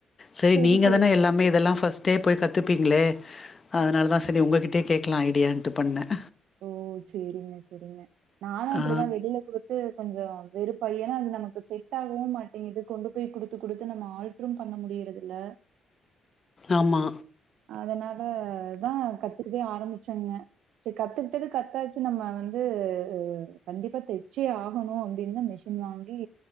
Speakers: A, on the left; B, on the right.
A: சரி
B: சேரி
A: நீங்க
B: செரிங்க
A: தானே எல்லாமே இதெல்லாம் பஸ்ட் ஸ்டே போய் கத்துப்பீங்களே அதனால தான் சரி உங்ககிட்ட கேட்கலாம் ஐடியான்ட்டு பண்னேன்
B: ஓ சேரிங்க செரிங்க நானும் அப்டிதா
A: ஆ
B: வெளியில குடு த்து கொஞ்சம் வெறுப்பாயி ஏன்னா அது நமக்கு செட் ஆகவும் மாட்டேங்குது கொண்டு போய் குடுத்து குடுத்து நம்ம ஆள் ம் பண்ண முடியறத இல்ல
A: ஆமா
B: அதனாலதான் கத்துக்கவே ஆரம்பிச்சங்க சரி கத்துக்கிட்டது கத்தாச்சு நம்ம வந்து கண்டிப்பா தெச்சே ஆகணும் அப்டின்னுதா மெஷி ன் வாங்கி